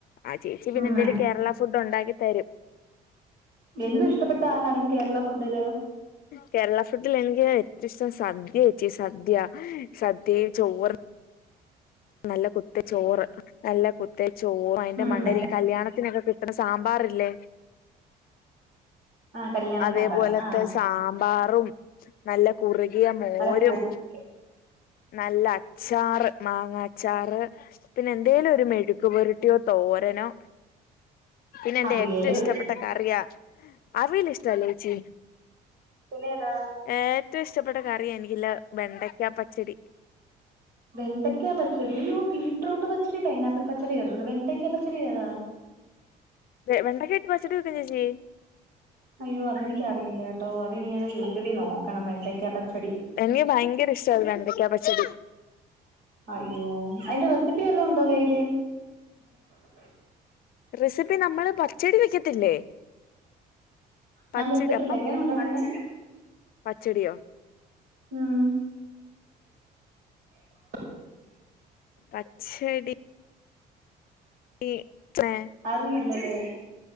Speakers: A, on the left (about 60°); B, on the right (about 70°).
A: ആ ചേച്ചി പിന്നെ
B: ഉം
A: എന്തേലും കേരള ഫുഡ് ഉണ്ടാക്കി തരും
B: എന്തൊ ഇഷ്ടപ്പെട്ട ആഹാരം കേരള ഫുഡില്
A: കേരള ഫുഡിൽ എനിക്ക് ഏറ്റവും ഇഷ്ടം സദ്യേ ച്ചി സദ്യ സദ്യേം ചോറും നല്ല കുത്തച്ചോറ് നല്ല കുത്തരി ച്ചോറ് അതിന്റെ
B: ഉം
A: മണ്ടേൽ ഇങ്ങനെ കല്യാണത്തിനൊക്കെ കിട ട്ടണ സാമ്പാറില്ലേ
B: ആ കല്യാണ
A: അതേ
B: സാമ്പാർ
A: പോലാത്തെ
B: ആ
A: സാമ്പാ മ്പാറും നല്ല കുറുകിയ മോരും
B: അല്ല കുറുക്ക്
A: നല്ല അ ച്ചാർ മാങ്ങാച്ചാറ് പിന്നെ എന്തേലും ഒരു മെഴുക്ക് പൊരുട്ടിയോ തോരനോ പിന്നെ എന്റെ
B: അവിയല്
A: ഏറ്റവും ഇഷ്ടപ്പെട ട്ട കറിയ അവിയൽ ഇഷ്ട്ടല്ലേ ചേച്ചി
B: പിന്നെതാ
A: ഏറ്റവും ഇഷ്ടപ്പെട്ട കറിയ എനിക്കില്ല വെണ്ടയ്ക്ക പച്ചടി
B: വെണ്ടയ്ക്കാ പച്ചടി ആയോ ബീട്രൂട്ട് പച്ചടി പൈനാപ്പിൾ പച്ചടി കേട്ടിട്ടുണ്ട് വെണ്ടക്കാ പച്ചടി ഏതാ
A: വെണ്ടക്കായിട്ട് പച്ചട്ടി വെക്കും ചേച്ചി
B: അയ്യോ അത് എനിക്ക് അറിയില്ലേ കേട്ടോ അത് ഇനിന്ന് യൂട്യൂബിൽ നോക്കണം വെണ്ടയ്ക്ക പച്ചടി
A: എനിക്ക് ഭയങ്കര ഇഷ്ടമ വെണ്ടക്ക പച്ചടി
B: അയ്യോ അതിന്റെ റെസിപ്പി എല്ലാം ഉണ്ടോ കയ്യില് മ്
A: റെസിപ്പി നമ്മള് പച്ചടി വെക്കത്തില്ലേ
B: ഞാൻ
A: പച്ചടി
B: വെച്ചട്ടില്ലേ
A: അപ്പം
B: എങ്ങനെ ഉണ്ടാക്കുന്നെ
A: പച്ചടിയോ
B: മ് ഉ ആ
A: പച്ചടി ഈ ചെ
B: അറിയില്ലല്ലേ